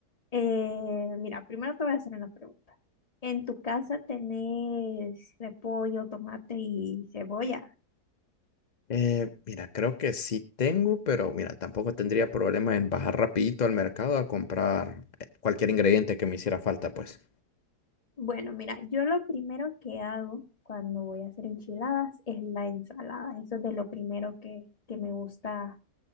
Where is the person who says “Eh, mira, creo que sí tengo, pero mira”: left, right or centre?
Left